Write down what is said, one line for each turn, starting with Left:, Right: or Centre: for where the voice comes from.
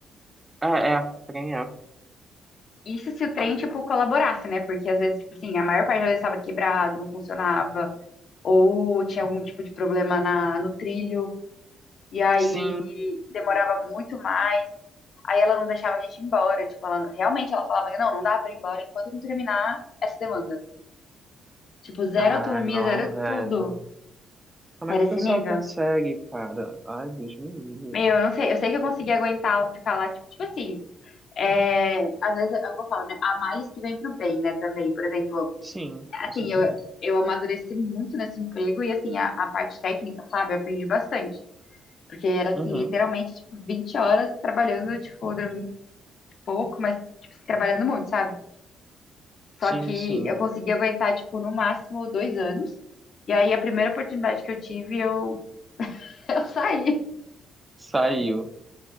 Right: É, é, trem é.
Left: Isso se o trem, tipo, colaborasse, né? Porque às vezes, tipo assim, a maior parte das vezes estava quebrado, não funcionava, ou tinha algum tipo de problema na, no trilho. E aí
Right: Sim.
Left: demorava muito mais. Aí ela não deixava a gente ir embora. Tipo, ela, realmente ela falava, não, não dá pra ir embora enquanto não terminar essa demanda. Tipo, zero
Right: Ah,
Left: autonomia,
Right: não,
Left: zero
Right: velho.
Left: tudo.
Right: Como é
Left: Era
Right: que
Left: esse
Right: o pessoal
Left: nível.
Right: consegue, cara? Ai, Deus me livre.
Left: Meu, eu não sei. Eu sei que eu consegui aguentar ficar lá, tipo, tipo assim. É, às vezes é o que eu falo, né? Há males que vem pro bem, né? Também, por exemplo,
Right: Sim,
Left: assim,
Right: com certeza.
Left: eu, eu amadureci muito nesse emprego e, assim, a, a parte técnica, sabe? Eu aprendi bastante. Porque era, assim,
Right: Uhum.
Left: literalmente, tipo, 20 horas trabalhando, tipo, dormindo pouco, mas tipo, assim, trabalhando muito, sabe? Só
Right: Sim,
Left: que
Right: sim.
Left: eu consegui aguentar, tipo, no máximo dois anos. E aí a primeira oportunidade que eu tive, eu, <laughs> eu saí.
Right: Saiu.